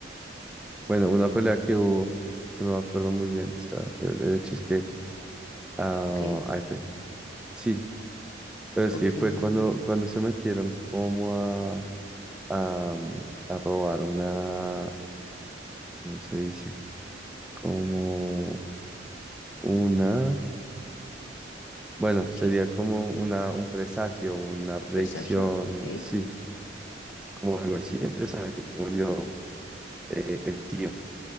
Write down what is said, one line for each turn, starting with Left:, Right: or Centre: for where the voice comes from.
Centre: bueno, una pelea que hubo, no me acuerdo muy bien, o sea, pero el hecho es que, ah,
Left: Ok,
Centre: ay, fue, sí, pero es
Left: ok,
Centre: que fue
Left: vale,
Centre: cuando,
Left: vale.
Centre: cuando se metieron como a, a, a robar una ¿cómo se dice? Como una, bueno, sería
Left: ok.
Centre: como una, un presagio, una predicción,
Left: ¿Un presagio? Ok.
Centre: o-
Left: Si
Centre: sí, como algo así. Entonces, sabe que murió eh, el tío.